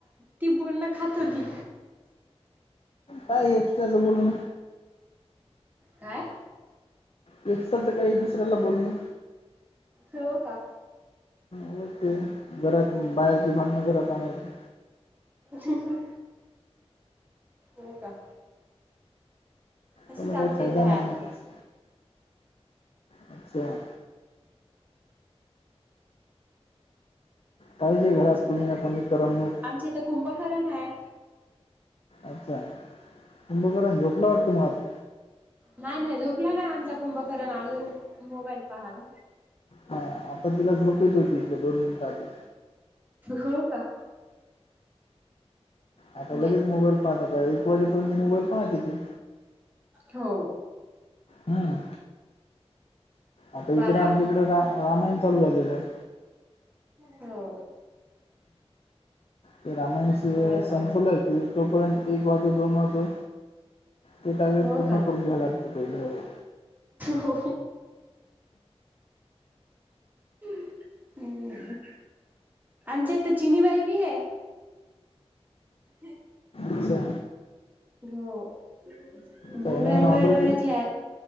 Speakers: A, on the right (about 15°); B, on the left (about 60°).
A: ती बोलणं खात होती.
B: काय एक्स्ट्राचं बोलण.
A: काय?
B: एकत तर काही दुसऱ्याला बोलून.
A: हो का.
B: होते घरात बाहेरचे भांडण घरात आणायची.
A: ज ह. हो का. तशीच
B: त्याला
A: आमच्या
B: काही फायदा
A: इथं आहे
B: नाही
A: आता
B: ना तस अच्छा. पाहिजे घरात
A: तशीच
B: कोणी
A: आहे
B: ना कोणी करमणूक.
A: आमच्या इथं कुंभकरण आहे.
B: अच्छा तुंभपर्यंत झोपला वाटते मला आता.
A: नाही नाही झोपला नाही आमचा कुंभकरण अजून मोबाईल पहाला.
B: हा आता तिला झोप येत होती दोन मिनिटं आधी.
A: हो का.
B: आता लगेच
A: नाही.
B: मोबाईल पाहतता एक वाजेपर्यंत मोबाईल पाहते येथे.
A: हो.
B: हम्म. आता
A: बारा
B: इकडे आमच्या इकडे रा रामायण चालू झालेलं आहे.
A: हो.
B: ते रामायणशी
A: मोबाईल
B: संपलं
A: पाहणं झाले
B: की तोपर्यंत एक वाजू दोन वाजु. ते तवे
A: हो
B: पूर्ण
A: का
B: करून घ्यावं लागतं पहिले.
A: हो. हम्म आणि ते तर चिनीबाई बी आहे. ह.
B: अच्छा.
A: हो मुंगळ्या
B: चायनावरून
A: मुंगळ्या
B: ऑर्डर
A: डोळ्याची आहे